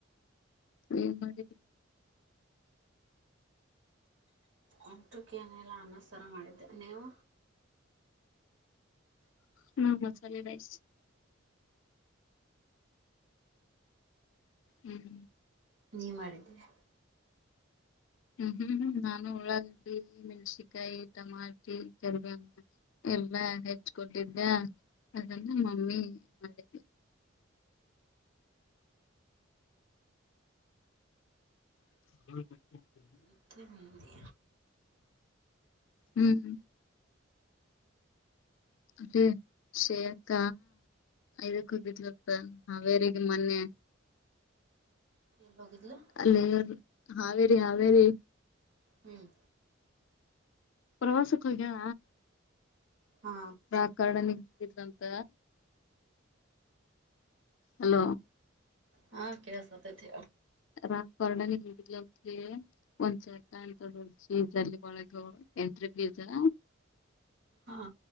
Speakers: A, on the left; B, on the right.
A: ಏನ್ ಮಾಡ
B: ಊಟಕ್ಕೆನೆಲ್ಲ ಅನ್ನ ಸಾರ ಮಾಡಿದ್ದೆ ನೀವು
A: ಹ್ಮ ಚಲ ಬಾಯ ಹ್ಮ್
B: ನೀವು ಮಾಡಿದ್ದೀನಿ
A: ಹ್ಮ್ ಹ್ಮ್ ಹ್ಮ್ ನಾನು ಉಳ್ಳಾಗಡ್ಡಿ ಮೆಣಸಿಕಾಯಿ ಟಮಾಟಿ ಕರಿಬೇ ಎಲ್ಲಾ ಹೆಚ್ ಕೊಟ್ಟಿದ್ದ ಅದನ್ನ ಮಮ್ಮಿ ಮಾಡಿದ್ಳು ಹ್ಮ ಹ ಹ
B: ಮತ್ತೆ ಮಂದಿ
A: ಹ್ಮ್ ಹ್ಮ್ ಅದೇ ಶೇಕ್ಕ ಐದಕ್ ಹೋಗಿದಲತ್ತ ಹಾವೇರಿಗೆ ಮೊನ್ನೆ
B: ಎಲ್ಲಿ ಹೋಗಿದ್ಲು
A: ಅಲ್ಲೇ ಅದು ಹಾವೇರಿ ಹಾವೇರಿ
B: ಹ್ಮ್
A: ಪ್ರವಾಸಕ್ಕೆ ಹೋಗ್ಯಾಳ
B: ಹಾ
A: ಪ್ರಾಕರಣ್ಗೆ ಬಿದ್ದಿದ್ಳಂತ ಹಲೋ
B: ಹಾ ಕೇಳಸ್ತಾತೈತಿ
A: ರಾಕ್ ವಾರ್ಡನ್ ಹೋಗಿದಂಳತೆ ಒಂದ್ ಚಟ ಅಂತಿ ಇದಲ್ಲಿ ಒಳಗ ಎಂಟ್ರಿ ಲಗೇಜಾ
B: ಹಾ